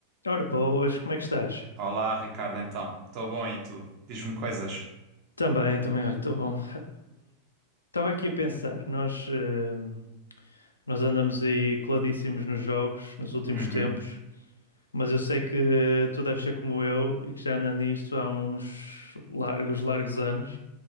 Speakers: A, on the left (about 75°); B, on the right (about 40°).
A: Ora, boas, como é que estás?
B: Olá, Ricardo, então. Estou bom e tu? Diz-me coisas.
A: Também, também, olha, estou bom. Estava aqui a pensar, nós, ahm, nós andamos aí coladíssimos nos jogos nos últimos
B: Uhum,
A: tempos, mas eu sei que tu deves ser como eu e que já anda nisto há uns largos, largos anos,